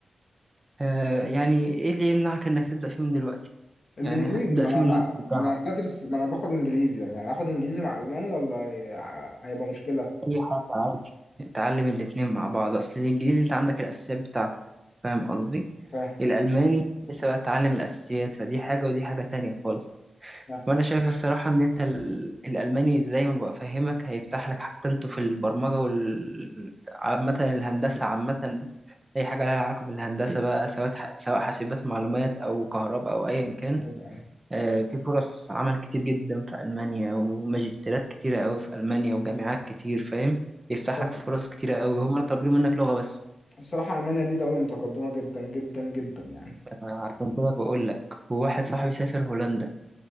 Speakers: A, on the right (about 25°); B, on the left (about 50°).
A: آه يعني إيه اللي يمنعك إنك تبدأ فيه من دلوقتي
B: الانجليزي
A: يعني ابدأ
B: ما
A: فيه
B: انا
A: من
B: ما
A: وانت في الجامعة
B: ما انا بدرس ما انا باخد انجليزي يعني اخد انجليزي مع الماني ولا هي- هيبقى مشكله
A: أي حاجة عادي اتعلم الاتنين مع بعض أصل الإنجليزي أنت عندك الأساسيات بتاعته فاهم قصدي؟
B: فاهم
A: الألماني لسه بقى تتعلم الأساسيات فدي حاجة ودي حاجة تانية خالص
B: فاهم
A: وأنا شايف الصراحة إن أنت ال- الألماني زي ما بفهمك هيفتح لك حتى أنتوا في البرمجة وال عامة الهندسة عامة أي حاجة لها علاقة بالهندسة بقى سواء سواء حاسبات معلومات أو كهرباء أو أيا كان
B: أيوة، أيوة.
A: آه، في فرص عمل كتير جدا في ألمانيا وماجستيرات كتيرة قوي في ألمانيا وجامعات كتير فاهم يفتح
B: فاهم.
A: لك فرص كتيرة قوي هما طالبين منك لغة بس
B: الصراحه المانيا دي دوله متقدمه جدا جدا جدا يعني
A: عشان كده بقول لك وواحد صاحبي سافر هولندا